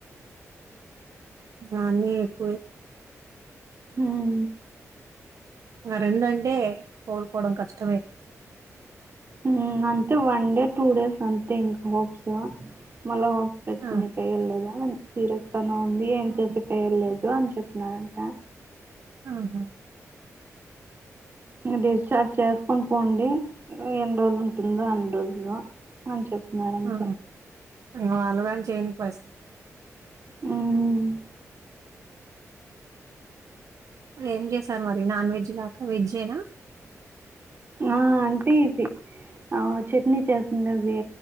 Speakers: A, on the right; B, on the right.
A: అన్ని ఎక్కువే
B: మ్
A: ఆ రెండు అంటే కోలుకోవడం కష్టమే
B: మ్ అంతే వన్ డే టూ డేస్ అంతే ఇంకా హోప్స్ మళ్ళ పెట్టుకునే
A: ఆ
B: కయ్యల్లేదా సీరియస్గానే ఉంది ఏం
A: హ్మ్.
B: చేసే కయ్యలేదు అని చెప్పినారంట
A: ఆహా
B: మ్ డిశ్చార్జ్ చేసుకోని పోండి ఎన్నిడు రోజులు ఉంటుందో అన్ని రోజులు అని చెప్తున్నారు అంతే
A: ఆ వాళ్ళు వాళ్ళు చేయని పర్
B: మ్
A: ఏం చేశారు మరి నాన్ వెజ్ కాకా వెజ్జేనా
B: ఆ అంటే ఇది ఆ చట్నీ చేసింది అది